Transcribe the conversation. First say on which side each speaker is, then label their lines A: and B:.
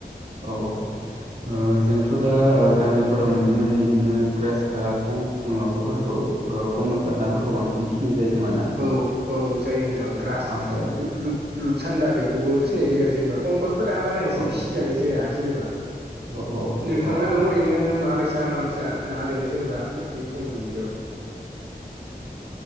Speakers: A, on the right; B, on the right.
A: औ ओ जोंथ' दा गामिफोराव नुनो मोनो बिदिनो ग्रास काट माबाफोरखौ अ कमल कार नाफोरखौ बांसिन फिसिनाय जायो खोमाना
B: औ औ जायो नोंथां ग्रास
A: आखराव
B: रुप रुप सान्दा बेखौबो फिसिनाय जायो आरो जेनेबा पंकसफोरा बारा एसे
A: औ
B: फिसिजानाय जाया जेनेबा
A: औ औ
B: नोंथांलान'
A: औ
B: ओरैनो माबायसा माबायसा ना दंङो जेनेबा फख्रि जेनेबा बिदियाव